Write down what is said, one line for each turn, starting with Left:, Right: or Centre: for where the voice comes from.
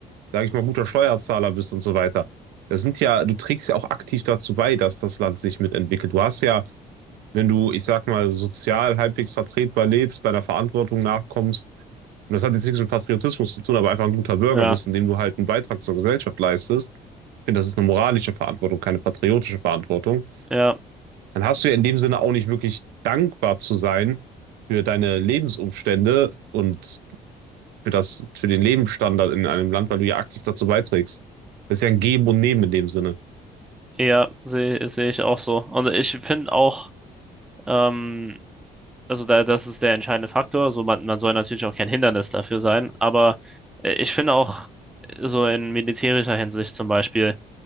Right: sag ich mal, guter Steuerzahler bist und so weiter, das sind ja, du trägst ja auch aktiv dazu bei, dass das Land sich mitentwickelt. Du hast ja, wenn du, ich sag mal, sozial halbwegs vertretbar lebst, deiner Verantwortung nachkommst, und das hat jetzt nichts mit Patriotismus zu tun, aber einfach ein guter Bürger
Centre: Ja,
Right: bist, indem du halt einen Beitrag zur Gesellschaft leistest. Ich finde, das ist eine moralische Verantwortung, keine patriotische Verantwortung
Centre: ja,
Right: dann hast du ja in dem Sinne auch nicht wirklich dankbar zu sein für deine Lebensumstände und für das, für den Lebensstandard in einem Land, weil du ja aktiv dazu beiträgst. Das ist ja ein Geben und Nehmen in dem Sinne.
Centre: ja, sehe sehe ich auch so. Und ich finde auch, ähm, also da, das ist der entscheidende Faktor. So, man, man soll natürlich auch kein Hindernis dafür sein, aber äh, ich finde auch äh, so in militärischer Hinsicht zum Beispiel,